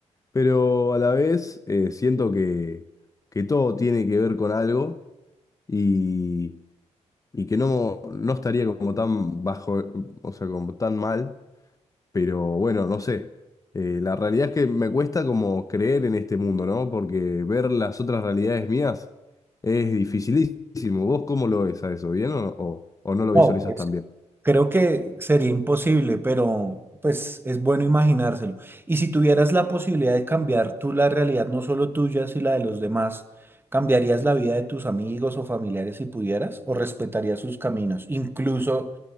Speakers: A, on the left; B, on the right.
A: Pero a la vez eh, siento que, que todo tiene que ver con algo y, y que no, no estaría como tan bajo, o sea, como tan mal, pero bueno, no sé. Eh, la realidad es que me cuesta como creer en este mundo, ¿no? Porque ver las otras realidades mías es dificilísimo. ¿Vos cómo lo ves a eso? ¿Bien o, o- o no lo
B: No,
A: visualizas tan bien?
B: Creo que sería imposible, pero pues es bueno imaginárselo. Y si tuvieras la posibilidad de cambiar tú la realidad, no solo tuya, sino la de los demás, ¿cambiarías la vida de tus amigos o familiares si pudieras? ¿O respetarías sus caminos? Incluso